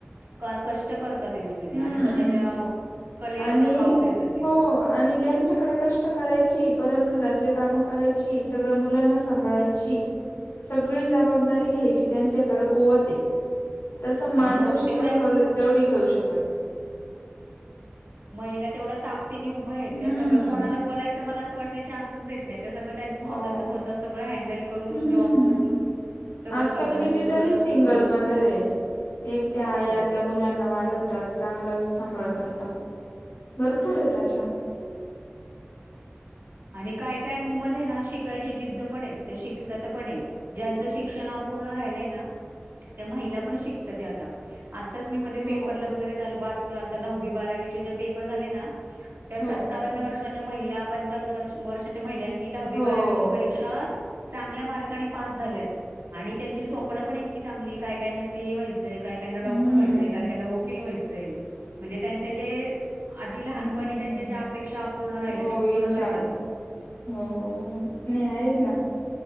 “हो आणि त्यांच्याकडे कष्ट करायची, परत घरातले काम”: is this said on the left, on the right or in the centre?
Left